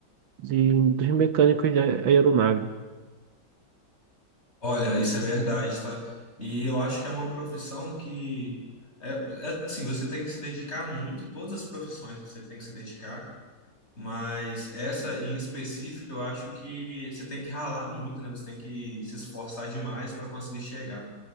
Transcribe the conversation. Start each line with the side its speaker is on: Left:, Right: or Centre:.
Right: de, dos mecânicos de ae- aeronave.
Left: Olha, isso é verdade, tá? E eu acho que é uma profissão que é, é assim, você tem que se dedicar muito, todas as profissões você tem que se dedicar, mas essa em específico eu acho que você tem que ralar muito, né? Você tem que se esforçar demais para conseguir chegar.